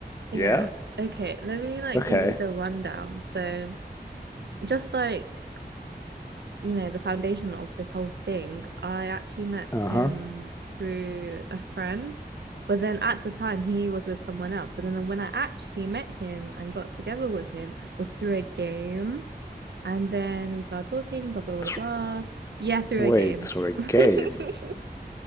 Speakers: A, on the right; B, on the left.
A: Yeah.
B: yeah?
A: Okay, let me like
B: Okay.
A: give you the rundown. So, just like, f- you know, the foundation of this whole thing, I actually met
B: Uh-huh.
A: him through a friend, but then at the time he was with someone else. So then when I actually met him and got together with him was through a game, and then we started talking, blah blah
B: Th-
A: blah blah. Yeah, through
B: wait,
A: a game.
B: through a game.
A: <laughs>